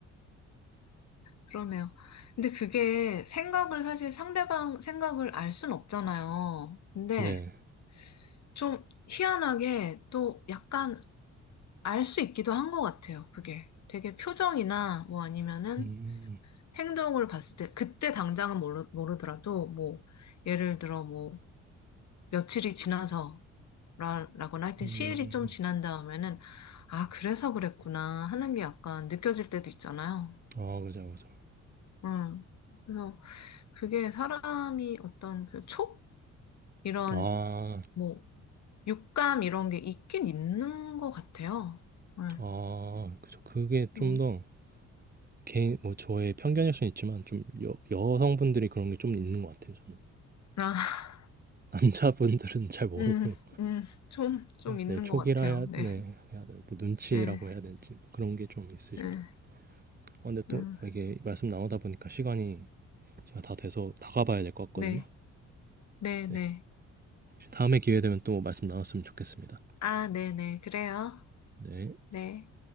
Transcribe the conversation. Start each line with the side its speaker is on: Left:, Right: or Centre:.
Left: 그러네요. 근데 그게 생각을 사실 상대방 생각을 알 순 없잖아요. 근데
Right: 네.
Left: 좀 희한하게 또 약간 알 수 있기도 한 것 같아요, 그게. 되게 표정이나 뭐 아니면은
Right: 음,
Left: 행동을 봤을 때, 그때 당장은 모르, 모르더라도 뭐, 예를 들어 뭐, 며칠이 지나서 라, 라거나 하여튼
Right: 음.
Left: 시일이 좀 지난 다음에는, 아, 그래서 그랬구나 하는 게 약간 느껴질 때도 있잖아요.
Right: 아, 그죠, 그죠.
Left: 음. 그래서 그게 사람이 어떤 그 촉? 이런
Right: 아,
Left: 뭐, 육감 이런 게 있긴 있는 것 같아요. 네.
Right: 아, 그죠. 그게 좀
Left: 음.
Right: 더 개인, 뭐 저의 편견일 수는 있지만 좀 여, 여성분들이 그런 게 좀 있는 것 같아요, 저는.
Left: 아,
Right: 남자분들은 잘 모르고,
Left: 음, 음, 좀, 좀 있는
Right: 네, 촉이라
Left: 것 같아요.
Right: 해야,
Left: 네,
Right: 네, 해야 되나, 뭐 눈치라고
Left: 네,
Right: 해야 되는지 뭐 그런 게 좀 있으신
Left: 네,
Right: 것 같아요. 어, 근데 또
Left: 음,
Right: 이게 말씀 나누다 보니까 시간이 제가 다 돼서 나가봐야 될 것 같거든요.
Left: 네, 네, 네.
Right: 네. 다음에 기회 되면 또 말씀 나눴으면 좋겠습니다.
Left: 아, 네, 네, 그래요.
Right: 네.
Left: 네.